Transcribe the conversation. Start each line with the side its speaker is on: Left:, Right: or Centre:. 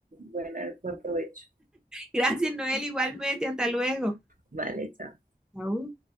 Right: buena, buen provecho.
Centre: Gracias, Noel, igualmente, hasta luego.
Right: Vale, chao.
Centre: Au.